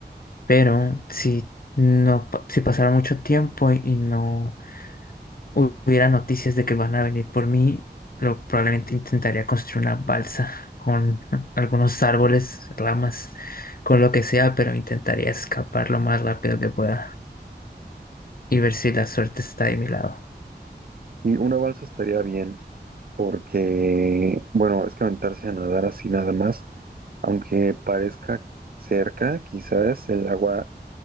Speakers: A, on the left; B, on the right.
A: pero si no, pa- si pasara mucho tiempo y, y no hubiera noticias de que van a venir por mí, lo, probablemente intentaría construir una balsa con <laughs> algunos árboles, ramas, con lo que sea, pero intentaría escapar lo más rápido que pueda y ver si la suerte está de mi lado.
B: Y una balsa estaría bien porque, bueno, es que aventarse a nadar así nada más. Aunque parezca cerca, quizás el agua